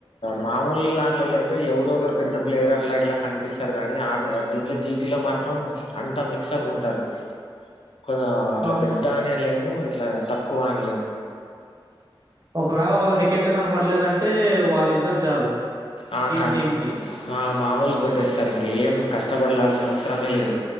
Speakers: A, on the left; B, on the right.
A: మామూలు లాంలలో అయితే ఎవరు ఒకరు పెద్ద ప్లేయర్ అట్లా ఇట్లా కనిపిస్తారు కానీ ఆ దీంట్లో జీటిలో మాత్రం అంతా మిక్స్ అప్ ఉంటారు కొ అట్లా
B: అవును.
A: పెద్ద అనే లేము అట్లా తక్కువ అన్ లేం
B: ఒకవేళ వాళ్ళ వికెట్లు కను పడలేదంటే వాళ్ళిద్దరు చాలు
A: ఆ
B: టీం
A: కం
B: టీమ్ టీమ్‌కి.
A: ఆ మామూలు కొట్టేస్తారు ఇంక ఏం కష్టపడలాల్సిన అవసరమే లేదు